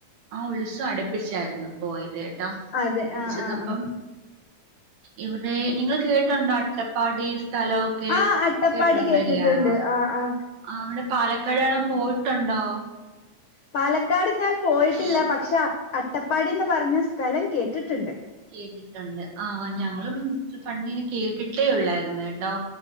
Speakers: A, on the right; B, on the left.
A: ആഹ് ഉത്സവം അടുപ്പിച്ചാരുന്നു പോയതേട്ടാ
B: അതെ
A: അവടെ
B: ആ
A: ചെന്നപ്പം
B: ആ ആ
A: ഇവിടെ നിങ്ങള് കേട്ടുണ്ടോ അട്ട പാടി സ്ഥലൊക്കെ
B: ആ അട്ടപ്പാടി
A: കേട്ടൊണ്ടോ
B: കേട്ടിട്ടുണ്ട്
A: ഇല്ലാ
B: ആ ആ
A: ആഹ് അവിടെ പാലക്കാട് കാണാൻ പോയിട്ടുണ്ടോ?
B: പാലക്കാട് ഞാൻ പോയിട്ടില്ല
A: ആ
B: പക്ഷെ അ അട്ടപ്പാടിന്ന് പറഞ്ഞ സ്ഥലം കേട്ടിട്ട്ണ്ട്
A: കേട്ടിട്ടൊണ്ട് ആഹ് ഞങ്ങളും പണ്ടിങ്ങനെ കേട്ടിട്ടേയുള്ളായിരുന്നുട്ടോ